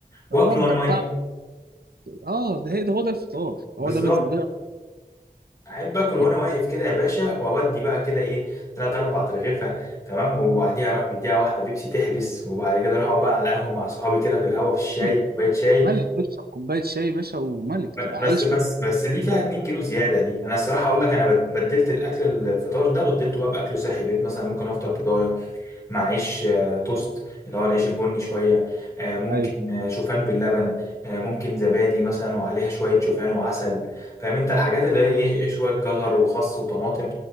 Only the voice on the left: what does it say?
واكله
وانا
واقف
بالظبط
احب اكل وانا
واقف كده يا باشا واودي بقى كده ايه تلات اربع ترغيفه تمام وبعديها اروح مديها واحده بيبسي تحبس وبعد كده اروح اقعد بقى على قهوه مع صحابي كده في الهوا في الشاي
كوبايه شاي
ب-
بس
بس بس دي فيها 2 كيلو زياده دي انا الصراحه اقول لك انا بد- بدلت الاكل الفطار ده بدلته بقى باكل صحي بقيت مثلا ممكن افطر بيضايه مع عيش آه، توست اللي هو العيش البني شوية آه، ممكن
آه، شوفان باللبن آه، ممكن زبادي مثلا وعليها شوية شوفان وعسل فاهم انت الحاجات اللي هي ايه شوية جزر وخس وطماطم